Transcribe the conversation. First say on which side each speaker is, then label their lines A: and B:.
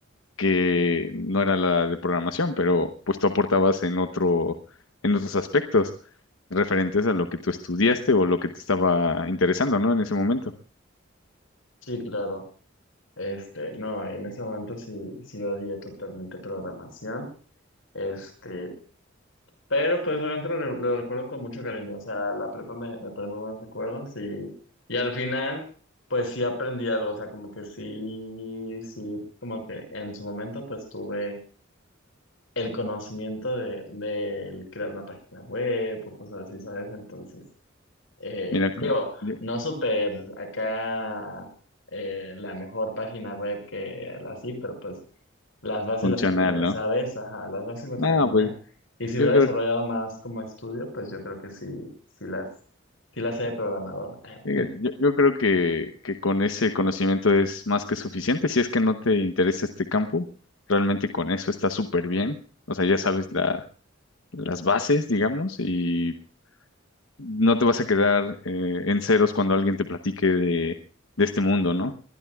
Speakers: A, on the left (about 85°); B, on the left (about 75°).
A: que no era la de programación, pero pues tú aportabas en otro, en otros aspectos referentes a lo que tú estudiaste o lo que te estaba interesando, ¿no? En ese momento.
B: Sí, claro. Este, no, en ese momento sí, sí odié totalmente programación. Este, pero pues obviamente lo, re- lo recuerdo con mucho cariño. O sea, la prepa me, me trae muy buenos recuerdos y, y al final, pues sí aprendí algo. O sea, como que sí, sí, como que en su momento pues tuve el conocimiento de, de crear una página web o cosas así, ¿sabes? Entonces eh,
A: Mira, co-
B: digo,
A: yo-
B: no súper acá eh, la mejor página web que la así, pero pues las bases
A: funcional,
B: las tenía,
A: ¿no?
B: ¿sabes? Ajá, las bases las
A: No,
B: tenía.
A: pues
B: Y si hubiera
A: yo creo
B: desarrollado más como estudio, pues yo creo que sí, sí las, sí las sé de programador. Ah,
A: Eh, Yo, yo creo que, que con ese conocimiento es más que suficiente. Si es que no te interesa este campo, realmente con eso está súper bien. O sea, ya sabes la, las bases, digamos, y no te vas a quedar eh, en ceros cuando alguien te platique de, de este mundo, ¿no?